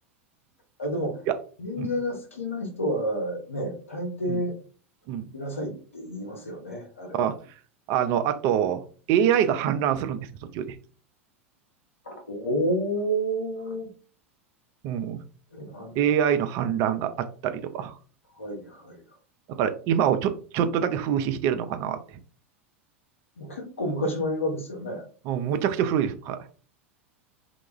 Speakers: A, on the left; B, on the right.
A: うあ、でも、
B: いや、
A: 映画が好きな人はね、
B: うん、
A: 大抵
B: うん、うん。
A: 見なさいって言いますよね、あれは。
B: あ、あの、あと、AI が氾濫するんですよ、途中で。
A: おー、
B: うん。
A: の判断
B: AI の氾濫があったりとか。
A: はいはいはい。
B: だから今をちょ、ちょっとだけ風刺してるのかなって。
A: もう結構昔の映画ですよね。
B: もうむちゃくちゃ古いです。はい。